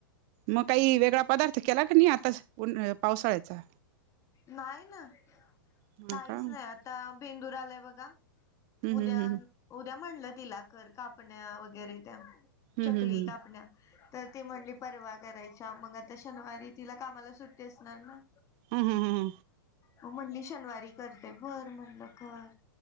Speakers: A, on the right (about 40°); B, on the left (about 25°).
A: मग काही वेगळा पदार्थ केला क नाही आताच पावसाळ्याचा?
B: नाही ना,
A: हा
B: काहीच
A: का हम्म
B: नाही आता बेंदूर आलाय बघा. उद्या,
A: हम्म
B: उद्या म्हणलं तिला कर कापण्या वगैरे त्या.
A: हम्म
B: चकली
A: हम्म
B: कापण्या. तर ती म्हणली परवा करायच्या मग आता शनिवारी तिला कामाला सुट्टी असणार ना.
A: हा हा हा.
B: हो म्हणली शनिवारी करते बर म्हटलं कर